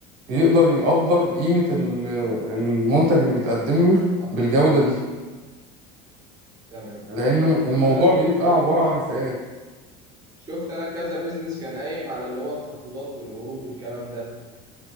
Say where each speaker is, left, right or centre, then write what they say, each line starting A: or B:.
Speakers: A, on the right; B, on the right.
A: يقدر يقدر قيمة ال- المنتج اللي بيتقدم له
B: آه،
A: بالجودة دي
B: تمام
A: لأن الموضوع
B: انا كنت
A: بيبقى عبارة عن فئات
B: شفت انا كذا بيزنس كان قايم على اللي هو التخفيضات والعروض والكلام ده